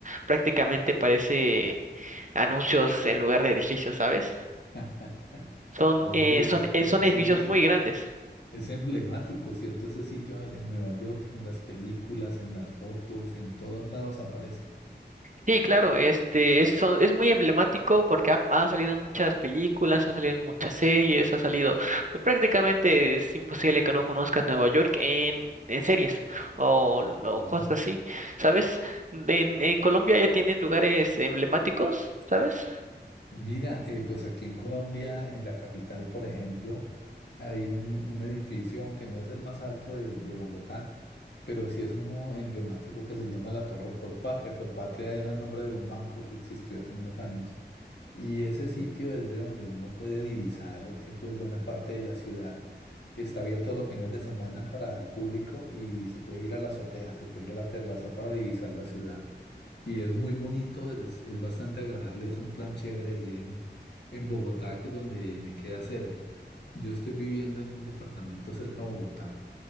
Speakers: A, on the right; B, on the left.
A: prácticamente parece anuncios en lugar de edificios, ¿sabes?
B: <laughs>
A: Son,
B: Oye,
A: eh, son,
B: ese,
A: eh, son
B: ese
A: edificios
B: sitio es,
A: muy grandes.
B: es emblemático, ¿cierto? Ese sitio en, en Nueva York, en las películas, en las fotos, en todos lados aparece.
A: Sí, claro, este es, son- es muy emblemático porque ha, ha salido en muchas películas, ha salido en muchas series, ha salido, pues prácticamente es imposible que no conozcas Nueva York en, en series o, o
B: Mm.
A: cosas así, ¿sabes? En, en Colombia ya tienen lugares emblemáticos, ¿sabes?
B: Mira, eh, pues aquí en Colombia, en la capital, por ejemplo, hay un, un edificio, aunque no es el más alto de, de Bogotá, pero sí es uno emblemático que se llama la Torre Colpatria. Colpatria era el nombre de un banco que existió hace unos años. Y ese sitio es de donde uno puede divisar eh, pues buena parte de la ciudad. Está abierto los fines de semana para el público y se puede ir a la azotea, se puede ir a la terraza para divisar la ciudad. Y es muy bonito, es, es bastante agradable, es un plan chévere allí en, en Bogotá, que es donde me queda cerca. Yo estoy viviendo en un departamento cerca a Bogotá